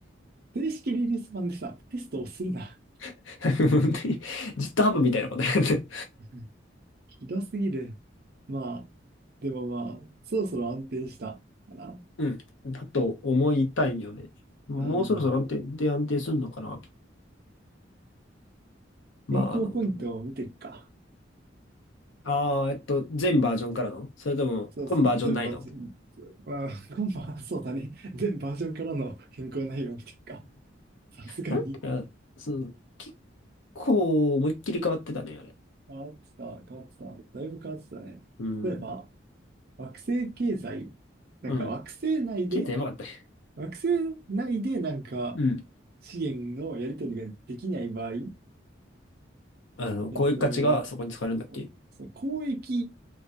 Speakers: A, on the right; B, on the left.
A: 正式リリース版でさ、テストをするな。
B: <laughs> 本当に GitHub みたいなことやって。
A: <laughs> ひどすぎる。まあ、でもまあ、そろそろ安定したかな。
B: うん。だと思いたいよね。もうそろそろ安定、
A: うん。
B: で安定するのかな。まあ、
A: 変更ポイントを見ていくか。
B: あの、ああ、えっと、全バージョンからのそれとも、
A: そうそう、
B: 今バージョンないの
A: 全バージョン、まあ、今晩、そうだね。全バージョンからの変更内容っていうか、さすがに
B: なんか、そう、結構思いっきり変わってたね、あれ。
A: 変わってた、変わってた。だいぶ変わってたね。
B: うん。
A: 例えば、惑星経済、なんか惑星内で、
B: うん。結構やばかったね。
A: 惑星内でなんか
B: うん。
A: 資源のやり取りができない場合、
B: あの、
A: えっと、
B: こういう価値がそこに使われるんだっけ
A: その交易、